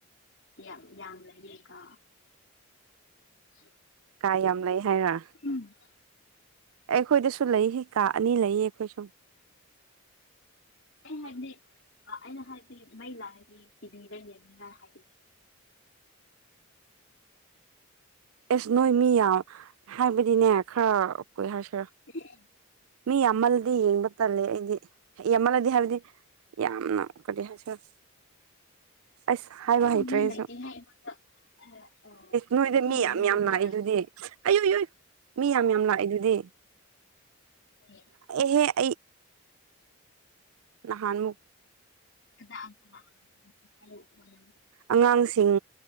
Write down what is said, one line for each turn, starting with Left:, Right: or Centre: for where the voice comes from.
Left: ꯌꯥꯝ ꯌꯥꯝ ꯂꯩꯌꯦ ꯀꯥ <unintelligible>
Right: ꯀꯥ ꯌꯥꯝ ꯂꯩ ꯍꯥꯏꯔ
Left: ꯎꯝ
Right: ꯑꯦ ꯑꯩꯈꯣꯏꯗꯁꯨ ꯂꯩ ꯀꯥ ꯑꯅꯤ ꯂꯩꯌꯦ ꯑꯩꯈꯣꯏ ꯁꯨꯝ
Left: ꯗꯤ ꯑ ꯑꯩꯅ ꯍꯥꯏꯕꯗꯤ ꯃꯩ ꯂꯥꯛꯑꯒꯤ ꯇꯤꯚꯤ ꯂꯩ ꯌꯦꯅꯤꯅꯅ ꯍꯥꯏꯕꯅꯦ
Right: ꯑꯦꯁ ꯅꯣꯏ ꯃꯤ ꯌꯥ ꯍꯥꯏꯕꯗꯤꯅꯦ ꯈꯔ ꯀ ꯍꯥꯏꯁꯤꯔ
Left: ꯑꯦ
Right: ꯃꯤ ꯑꯃꯂꯗꯤ ꯌꯦꯡꯕ ꯇꯂ ꯑꯩꯗꯤ ꯑꯃꯂꯗꯤ ꯍꯥꯏꯕꯗꯤ ꯌꯥꯝꯅ ꯀꯔꯤ ꯍꯥꯏꯁꯔ ꯑꯁ ꯍꯥꯏꯕ ꯍꯩꯇ꯭ꯔꯦꯁꯨ
Left: ꯃꯤ ꯂꯩꯇꯦꯍꯦ ꯑꯩꯉꯣꯟꯗ ꯑꯩꯈꯣꯏꯒꯤ
Right: ꯅꯣꯏꯗ ꯃꯤ ꯌꯥꯝ
Left: ꯌꯨꯝꯗꯗꯤ
Right: ꯌꯥꯝ ꯅꯥꯏ
Left: ꯂꯥꯛꯇꯦ
Right: ꯑꯗꯨꯗꯤ ꯑꯌꯨ ꯏ ꯌꯨꯏ ꯃꯤ ꯌꯥꯝ ꯌꯥꯝ ꯂꯥꯛꯑꯦ ꯑꯗꯨꯗꯤ
Left: ꯎ
Right: ꯑꯦ ꯑꯩ ꯅꯍꯥꯟ ꯃꯨꯛ
Left: ꯑꯗꯨꯗ
Right: ꯑꯉꯥꯡꯁꯤꯡ